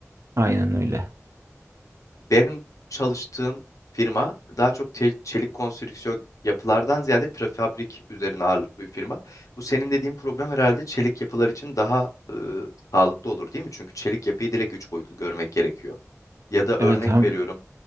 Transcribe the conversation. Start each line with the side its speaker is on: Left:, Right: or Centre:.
Right: Aynen öyle.
Left: Benim çalıştığım firma daha çok te- çelik konstrüksiyon yapılardan ziyade prefabrik üzerine ağırlıklı bir firma. Bu senin dediğin program herhalde çelik yapılar için daha e, sağlıklı olur değil mi? Çünkü çelik yapıyı direkt üç boyutlu görmek gerekiyor. Ya da örnek
Right: Evet hem
Left: veriyorum